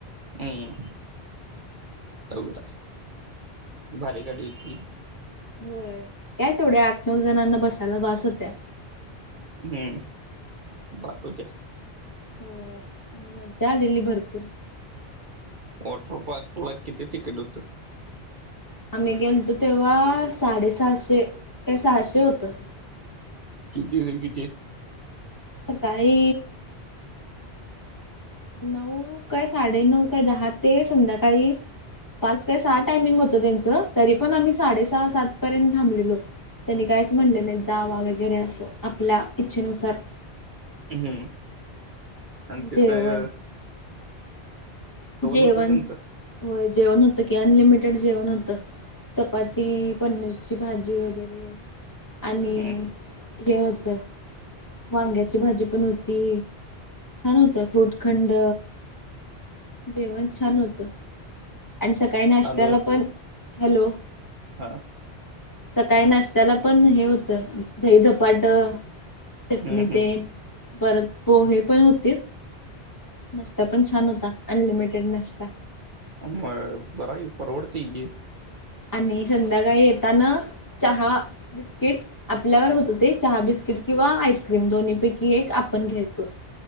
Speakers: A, on the right; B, on the left.
A: ह्मम तवेरा भारी गाडी होती
B: होय काय तेवढ्या आठ नऊ जणांना बसायला बास होत्या
A: हम्म बास होत्या
B: होय आणि मज्जा आलेली भरपूर
A: वॉटर पार्क ला किती तिकीट होतं
B: आम्ही गेलतो तेव्हा साडेसहाशे काय सहाशे होतं
A: किती ते किती
B: सकाळी नऊ काय साडे नऊ काय दहा ते संध्याकाळी पाच काय सहा टायमिंग होतं त्यांचं तरी पण आम्ही साडे सहा सात पर्यंत थांबलेलो त्यांनी काहीच म्हटले नाही जावा वगैरे असं आपल्या इच्छेनुसार
A: हम्म आणि तिथं
B: जेवण जेवण
A: होतं त्यांचं
B: होय जेवण होतं की अनलिमिटेड जेवण होतं चपाती पनीरची भाजी वगैरे आणि
A: हम्म
B: हे होतं वांग्याची भाजी पण होती छान होत फ्रूटखंड जेवण छान होत आणि सकाळी नाश्त्याला
A: हॅलो
B: पण हॅलो
A: हा
B: सकाळी नाश्त्याला पण हे होतं दहीधपाट
A: हम्म
B: चटणी ते परत पोहे पण होतीत नाश्ता पण छान होता अनलिमिटेड नाश्ता
A: बर बर आहे आहे की परवडते की
B: आणि संध्याकाळी येताना चहा बिस्किट आपल्यावर होतं ते चहा बिस्किट किंवा आईस्क्रीम दोन्ही पैकी एक आपण घ्यायचं